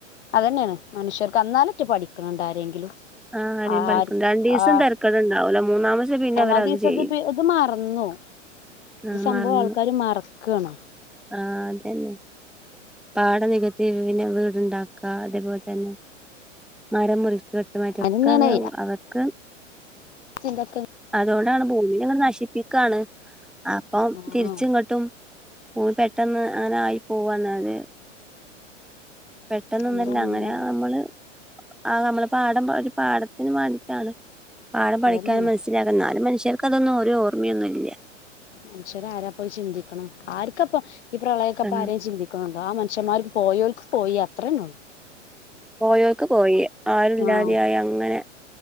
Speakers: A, on the left; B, in the centre.
A: അതന്നെണ് മനുഷ്യർക്ക് അന്നാലറ്റെ പഠിക്ക്ണ് ഇണ്ടോ ആരെങ്കിലും
B: ആഹ് ആരെയും
A: ആര്
B: പഠിക്കും രണ്ടീസം
A: ആ
B: തരക്കേടുണ്ടാവൂല മൂന്നാമത്തെ ദിവസം പിന്നെ
A: മൂന്നാം
B: അവരത്
A: ദിവസം
B: ചെയ്യും
A: അത് ഇത് മറന്നു ഇത്
B: ആഹ്
A: സംഭവം
B: മറന്നു
A: ആൾക്കാര് മറക്കാണ്
B: ആഹ് അതന്നെ പാട നികത്തി പിന്നെ വീടുണ്ടാക്ക അതേപോലെ തന്നെ മരം മുറി ചുവെട്ടുമാറ്റൊ
A: അതന്നെയാണേ
B: ഒക്കെ അത് അവർക്ക്
A: ചിന്ത ക്ക്
B: അതുകൊണ്ടാണ് ഭൂമിങ്ങെ നശിപ്പിക്കുകയാണ് അപ്പം
A: ആഹ്
B: തിരിച്ചും ങ്ങട്ടും പൂ പെട്ടെന്ന് അങ്ങനെ ആയി പോവാണ്ത് പെട്ടെന്നൊന്നല്ല
A: എന്താ ഇങ്ങനെ
B: അങ്ങനെ നമ്മള് ആ നമ്മള് പാടം ഒരു പാടത്തിന് വേണ്ടിയിട്ടാണ് പാഠം
A: അതന്നെയാണ്
B: പഠിക്കാൻ മനസ്സിലാകുന്ന ന്നാലും മനുഷ്യർക്ക് അതൊന്നും ഒരു ഓർമ്മയൊന്നും ഇല്ല
A: മനുഷ്യരരാ പോയി ചിന്തിക്കണം ആർക്കപ്പ ഈ പ്രളയക്കപ്പ
B: കാരണം
A: ആരെയും ചിന്തിക്കണം ആ മനുഷ്യന്മാര പോയോൽക്ക് പോയി അത്രേന്നേ ഉള്ളൂ
B: പോയോക്ക് പോയി ആരുല്ലാതെയായി
A: ആഹ്
B: അങ്ങനെ